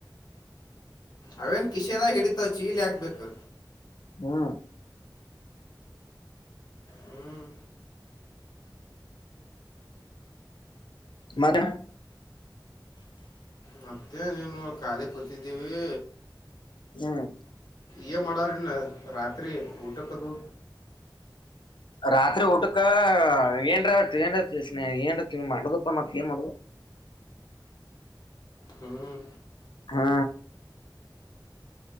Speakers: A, on the left (about 60°); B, on the left (about 85°).
A: ಅವೇನು ಕಿಸೆದಾಗ್ ಹಿಡಿತಾವ್ ಚೀಲ ಯಾಕ್ಬೇಕು.
B: ಹ್ಮ್
A: ಹ್ಮ್
B: ಮತ್ತೆಣ
A: ಮತ್ತೆ ಏನು ಖಾಲಿ ಕೂತಿದ್ದೀವಿ.
B: ಹ್ಮ್
A: ಏ ಮಾಡವ್ರನ್ನ ರಾತ್ರಿ ಊಟಕ್ಕದು.
B: ರಾತ್ರಿ ಊಟಕ್ಕ ಏನ್ರ ಏನ್ ತಿನ ಏನ್ ತಿ ಮಾಡದಪ್ಪ ಮತ್ತೇನ್ ಮಾಡುದು.
A: ಹ್ಮ್
B: ಹಾ